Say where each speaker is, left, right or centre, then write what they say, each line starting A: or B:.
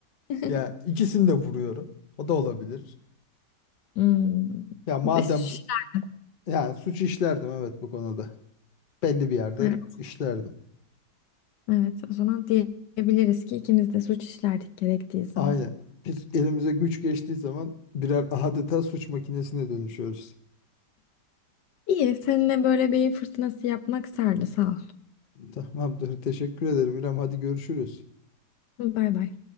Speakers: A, on the left; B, on the left.
A: <laughs>
B: Ya ikisini de vuruyorum. O da olabilir.
A: Hmm.
B: Ya madem
A: E, suç işler-
B: yani suç işlerdim evet bu konuda. Belli bir yerde
A: Evet,
B: işlerdim.
A: evet o zaman diyebiliriz ki ikimiz de suç işlerdik gerektiği zaman.
B: Aynen. Biz elimize güç geçtiği zaman birer adeta suç makinesine dönüşüyoruz.
A: İyi seninle böyle beyin fırtınası yapmak sardı sağ ol.
B: Tamamdır. Teşekkür ederim İrem. Hadi görüşürüz.
A: Bay bay.